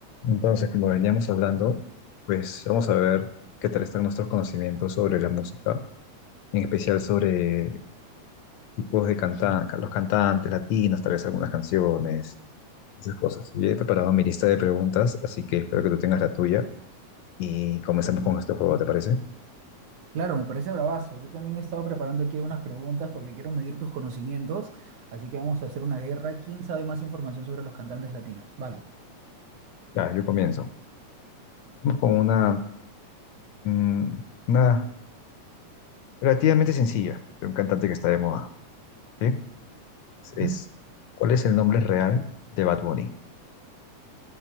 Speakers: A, on the left; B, on the right.
A: Entonces, como veníamos hablando, pues vamos a ver qué tal están nuestros conocimientos sobre la música, en especial sobre tipos de cantantes, los cantantes latinos, tal vez algunas canciones, esas cosas. Yo he preparado mi lista de preguntas, así que espero que tú tengas la tuya y comenzamos con este juego, ¿te parece?
B: Claro, me parece bravazo. Yo también he estado preparando aquí unas preguntas porque quiero medir tus conocimientos, así que vamos a hacer una guerra. ¿Quién sabe más información sobre los cantantes latinos? Vale.
A: Ya, yo comienzo. Vamos con una, mm, una relativamente sencilla de un cantante que está de moda, ¿sí?
B: Ujú.
A: Es, ¿cuál es el nombre real de Bad Bunny?